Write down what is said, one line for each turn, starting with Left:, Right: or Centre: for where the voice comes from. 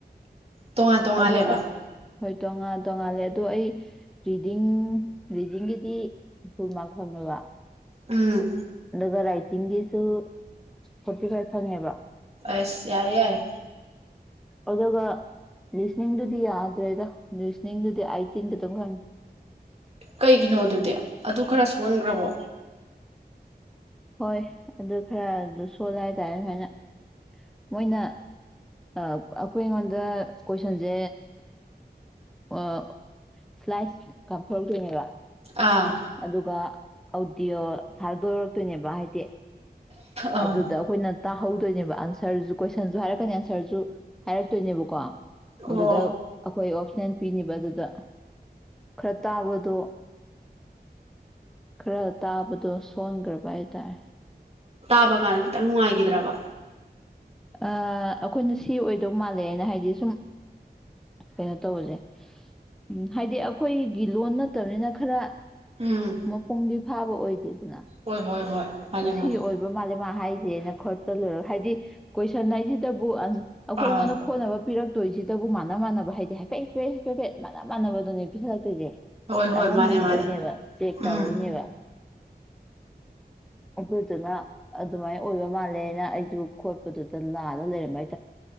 Right: ꯇꯣꯉꯥꯟ ꯇꯣꯡꯉꯥꯜꯂꯦꯕ
Centre: ꯑꯗꯣ ꯑꯁ ꯍꯣꯏ ꯇꯣꯉꯥꯟ ꯇꯣꯉꯥꯜꯂꯦ ꯑꯗꯣ ꯑꯩ ꯔꯤꯗꯤꯡ ꯔꯤꯗꯤꯡꯒꯤꯗꯤ ꯐꯨꯜꯃꯥꯔꯛ ꯐꯪꯉ‌ꯦꯕ
Right: ꯎꯝ
Centre: ꯒ ꯔꯥꯏ ꯇꯤꯡꯒꯤꯁꯨ ꯐꯣꯔꯇꯤ ꯐꯥꯏꯚ ꯐꯪꯉꯦꯕ
Right: ꯑꯁ ꯌꯥꯔꯦ ꯌꯥꯔ‌ꯦ
Centre: ꯑꯗꯨꯒ ꯂꯤꯁꯅꯤꯡꯗꯨꯗꯤ ꯌꯥꯗ꯭ꯔꯦꯗ ꯂꯤꯁꯅꯤꯡꯗꯨꯗꯤ ꯑꯥꯏꯇꯤꯟ ꯈꯛꯇ‌ꯪ ꯐ‌ꯪꯉ‌ꯦ
Right: ꯀꯩꯒꯤꯅꯣ ꯑꯗꯨꯗꯤ ꯑꯗꯨ ꯈꯔ ꯁꯣꯟꯈ꯭ꯔꯕꯣ
Centre: ꯍꯣꯏ ꯑꯗꯨ ꯈꯔ ꯑꯗꯨ ꯁꯣꯜꯂꯦ ꯍꯥꯏꯇꯥꯔꯦ ꯁꯨꯃꯥꯏꯅ ꯃꯣꯏꯅ ꯑꯩꯈꯣꯏ ꯑꯩꯉꯣꯟꯗ ꯀꯣꯏꯁꯟꯁꯦ ꯑꯣ ꯁ꯭ꯂꯥꯏꯁ ꯀꯥꯞꯊ‌ꯣꯔꯛꯇꯣꯏꯅꯦꯕ
Right: ꯑꯥ
Centre: ꯑꯗꯨꯒ ꯑ‌ꯣꯗꯤꯌꯣ ꯊꯥꯗꯣꯔꯛꯇꯣꯏꯅꯦꯕ ꯍꯥꯏꯗꯤ
Right: ꯑꯥ
Centre: ꯑꯗꯨꯗ ꯑꯩꯈꯣꯏꯅ ꯇꯥꯍꯧꯗꯣꯏꯅꯦꯕ ꯑꯟꯁꯔꯁꯨ ꯀꯣꯏꯁꯟꯁꯨ ꯍꯥꯏꯔꯛꯀꯅꯤ ꯑꯟꯁꯔꯁꯨ ꯍꯥꯏꯔꯛꯇꯣꯏꯅꯦꯕꯀꯣ
Right: ꯑꯣ
Centre: ꯑꯗꯨꯗ ꯑꯩꯈꯣꯏ ꯑ‌ꯣꯞꯁꯟ ꯄꯤꯅꯤꯕ ꯑꯗꯨꯗ ꯈꯔ ꯇꯥꯕꯗꯣ ꯈꯔ ꯇꯥꯕꯗꯣ ꯁꯣꯟꯈ꯭ꯔꯕ ꯍꯥꯏꯇꯥꯔꯦ
Right: ꯇꯥꯕꯀꯥꯟꯗ ꯈꯤꯇꯪ ꯅꯨꯡꯉꯥꯏꯈꯤꯗ꯭ꯔꯕ
Centre: ꯑꯩꯈꯣꯏꯅ ꯁꯤ ꯑꯣꯏꯗꯧ ꯃꯥꯜꯂꯦꯅ ꯍꯥꯏꯗꯤ ꯁꯨꯝ ꯀꯩꯅꯣ ꯇꯧꯕꯁꯦ ꯎꯝ ꯍꯥꯏꯗꯤ ꯑꯩꯈꯣꯏꯒꯤ ꯂꯣꯟ ꯅꯠꯇꯕꯅꯤꯅ ꯈꯔ
Right: ꯎꯝ
Centre: ꯃꯄꯨꯡꯗꯤ ꯐꯥꯕ ꯑꯣꯏꯗꯦꯗ
Right: ꯍꯣꯏ ꯍꯣꯏ ꯍꯣꯏ ꯃꯥꯅꯦ
Centre: ꯉꯁꯤ
Right: ꯃꯥꯅꯦ
Centre: ꯑꯣꯏꯕ ꯃꯥꯂꯦꯝ ꯍꯥꯏꯁꯦꯅ ꯈ‌ꯣꯠꯆꯤꯂꯨꯔ ꯍꯥꯏꯗꯤ ꯀꯣꯏꯁꯟ ꯍꯥꯏꯁꯤꯗꯕꯨ ꯑꯩꯈꯣꯏ
Right: ꯑꯥ
Centre: ꯑꯩꯉꯣꯟꯗ ꯈꯣꯠꯅꯕ ꯄꯤꯔꯛ ꯇꯣꯏꯁꯤꯗꯕꯨ ꯃꯥꯥꯟꯅ ꯃꯥꯟꯅꯕ ꯍꯥꯏꯗꯤ ꯍꯥꯏꯐꯦꯠꯐꯦꯠ ꯃꯥꯥꯟꯅ ꯃꯥꯟꯅꯕꯗꯨꯅꯦ ꯄꯤꯁꯜꯂꯛꯇꯣꯏꯁꯦ
Right: ꯍꯣꯏ
Centre: ꯆꯃꯝꯅꯍꯟꯗꯣꯏꯅꯦꯕ
Right: ꯍꯣꯏ ꯃꯥꯅꯦ ꯃꯥꯅꯦ
Centre: ꯆꯦꯛ ꯇꯧꯔꯛꯏꯅꯦꯕ
Right: ꯎꯝ
Centre: ꯑꯩꯈꯣꯏꯗꯨꯅ ꯑꯗꯨꯃꯥꯏꯅ ꯑꯣꯏꯕ ꯃꯥꯜꯂꯦꯅ ꯑꯩꯁꯨ ꯈꯣꯠꯄꯗꯨꯗ ꯂꯥꯟꯂ ꯂꯩꯔꯝꯃ‌ꯦꯕ